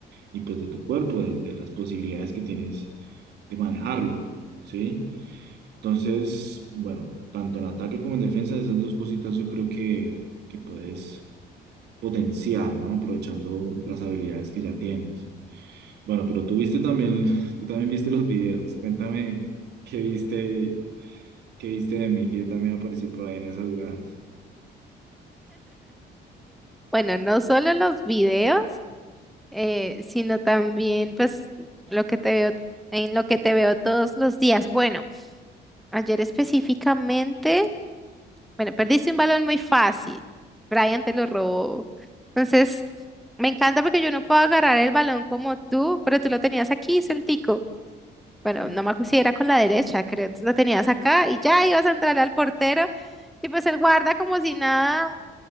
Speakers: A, on the right; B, in the centre.
A: y pues de tu cuerpo, de, de las posibilidades que tienes de manejarlo, ¿sí? Entonces, bueno, tanto en ataque como en defensa, esas dos cositas yo creo que, que puedes potenciar, ¿no? Aprovechando las habilidades que ya tienes. Bueno, pero tú viste también, <laughs> tú también viste los videos. Cuéntame qué viste, qué viste de mí, que yo también aparecí por ahí en esas jugadas.
B: Bueno, no solo los videos, eh, sino también pues lo que te veo, en lo que te veo todos los días. Bueno, ayer específicamente, bueno, perdiste un balón muy fácil. Brian te lo robó. Entonces, me encanta porque yo no puedo agarrar el balón como tú, pero tú lo tenías aquí, sueltico. Bueno, no me acuerdo si era con la derecha, creo. Entonces lo tenías acá y ya ibas a entrar al portero y pues el guarda como si nada